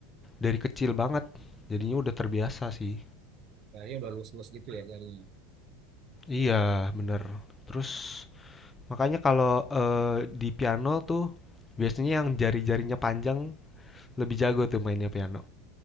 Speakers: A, on the left; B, on the right.
A: dari kecil banget. Jadinya udah terbiasa sih.
B: Jarinya udah lurus lurus gitu ya jarinya.
A: Iya, bener. Terus Makanya kalau eh, di piano tuh biasanya yang jari-jarinya panjang lebih jago tuh mainnya piano.